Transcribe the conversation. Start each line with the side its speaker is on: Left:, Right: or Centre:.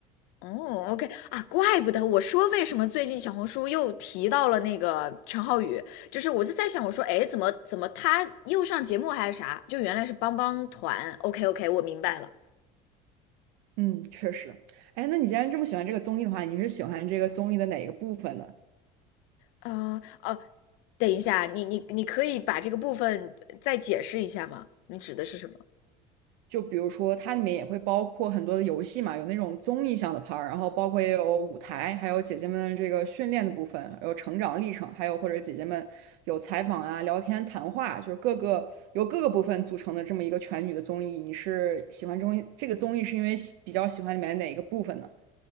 Left: 哦 OK 啊，怪不得我说为什么最近小红书又提到了那个陈浩宇，就是我就在想，我说哎，诶怎么怎么他又上节目还是啥？就原来是帮帮团，OK OK，我明白了。
Right: 嗯，确实。哎，那你既然这么喜欢这个综艺的话，你是喜欢这个综艺的哪一个部分呢？
Left: 呃哦，等一下，你你你可以把这个部分再解释一下吗？你指的是什么？
Right: 就比如说，它里面也会包括很多的游戏嘛，有那种综艺向的 part，儿然后包括也有舞台，还有姐姐们的这个训练的部分，有成长历程，还有或者姐姐们有采访啊、聊天、谈话，就是各个由各个部分组成的这么一个全女的综艺。你是喜欢综艺这个综艺是因为喜比较喜欢里面哪一个部分呢？